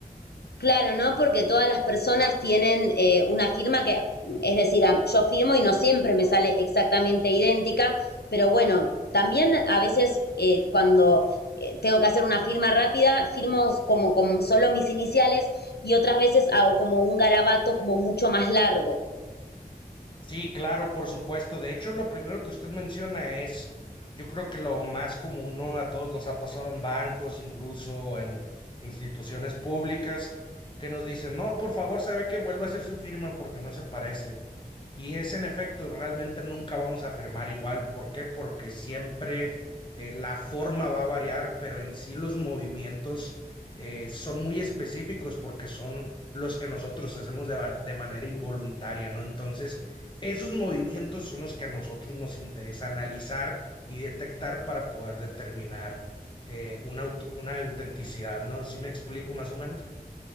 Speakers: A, on the left; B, on the left.
A: Claro, ¿no? Porque todas las personas tienen eh, una firma que, es decir, a- yo firmo y no siempre me sale exactamente idéntica, pero bueno, también a veces eh, cuando eh, tengo que hacer una firma rápida, firmo como con solo mis iniciales y otras veces hago como un garabato como mucho más largo.
B: Sí, claro, por supuesto. De hecho, lo primero que usted menciona es, yo creo que lo más común, ¿no? A todos nos ha pasado en bancos, incluso en instituciones públicas, que nos dicen, no, por favor, sabe que vuelva a hacer su firma porque no se parece. Y es en efecto, realmente nunca vamos a firmar igual. ¿Por qué? Porque siempre eh, la forma va a variar, pero en sí los movimientos eh, son muy específicos porque son los que nosotros hacemos de, va- de manera involuntaria, ¿no? Entonces, esos movimientos son los que a nosotros nos interesa analizar y detectar para poder determinar eh, una, aut- una autenticidad, ¿no? ¿Sí me explico más o menos?